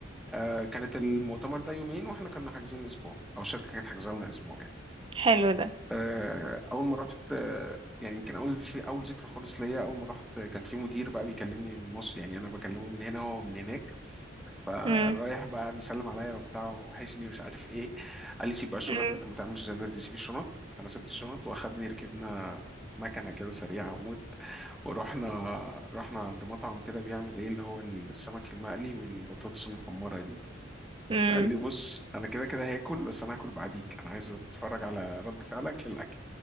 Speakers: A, in the centre; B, on the right (about 25°).
A: آه كانت المؤتمر ده يومين واحنا كنا حاجزين اسبوع او الشركه كانت حاجزه لنا اسبوع يعني
B: حلو ده
A: آه اول ما رحت آه يعني يمكن اول في اول ذكرى خالص ليا اول ما رحت كان في مدير بقى بيكلمني من مصر يعني انا بكلمه من هنا وهو من هناك فرايح
B: امم
A: بقى بيسلم عليا وبتاع وحشني ومش عارف ايه قال لي سيب بقى الشنط
B: امم
A: انت ما تعملش زي الناس دي سيب الشنط فانا سبت الشنط واخدني ركبنا مكنه كده سريعه موت ورحنا رحنا عند مطعم كده بيعمل ايه اللي هو السمك المقلي والبطاطس المحمره دي
B: امم
A: فقال لي بص انا كده كده هاكل بس انا هاكل بعديك انا عايز اتفرج على رد فعلك للاكل